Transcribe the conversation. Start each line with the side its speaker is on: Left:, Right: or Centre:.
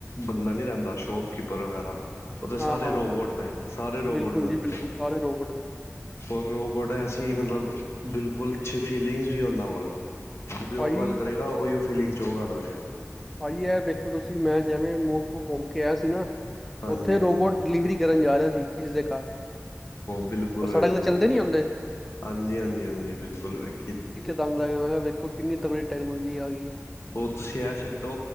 Left: ਬੰਦਾ ਨਹੀਂ ਰਹਿੰਦਾ ਸ਼ੋਪਕੀਪਰ ਵਗੈਰਾ ਉਥੇ
Centre: ਹਾਂ
Left: ਸਾਰੇ
Centre: ਹਾਂ
Left: ਰੋਬੋਟ ਨੇ ਸਾਰੇ ਰੋਬੋਟ
Centre: ਬਿਲਕੁਲ
Left: ਨੇ ਉੱਥੇ
Centre: ਜੀ ਬਿਲਕੁਲ ਸਾਰੇ ਰੋਬੋਟ ਨੇ
Left: ਔਰ ਰੋਬੋਟ ਐਸੀ ਮਤਲਬ ਬਿਲਕੁਲ ਅੱਛੀ ਫੀਲਿੰਗਸ ਵੀ ਉਹਨਾਂ ਕੋਲ ਜਿਵੇਂ
Centre: ਭਾਜੀ
Left: ਉਹ ਗੱਲ ਕਰੇਗਾ ਉਹੀ ਫੀਲਿੰਗ 'ਚ ਉਹ ਗੱਲ ਕਰੇਗਾ
Centre: ਭਾਈ ਇਹ ਵੇਖੋ ਤੁਸੀਂ ਮੈਂ ਜਿਵੇਂ ਮੋਸਕੋ ਘੁੰਮ ਕੇ ਆਇਆ ਸੀ ਨਾ
Left: ਹਾਂਜੀ
Centre: ਉੱਥੇ
Left: ਹਾਂਜੀ
Centre: ਰੋਬੋਟ ਡਿਲੀਵਰੀ ਕਰਨ ਜਾ ਰਿਹਾ ਸੀ ਕਿਸੇ ਦੇ ਘਰ
Left: ਬਿਲਕੁਲ-
Centre: ਉਹ ਸੜਕ
Left: ਬਿਲਕੁਲ,
Centre: ਤੇ ਚੱਲਦੇ ਨੀ ਹੁੰਦੇ
Left: ਹਾਂਜੀ, ਹਾਂਜੀ, ਹਾਂਜੀ ਬਿਲਕੁਲ ਵੇਖੀ ਦੀ
Centre: ਤੰਗ ਲਗ ਵੇਖੋ ਕਿੰਨੀ ਤਕੜੀ ਦੀ ਟੈਕਨੋਲੋਜੀ ਆ ਗਈ ਹੈ
Left: ਉਹ ਤੁਸੀਂ ਇਹ ਛੱਡੋ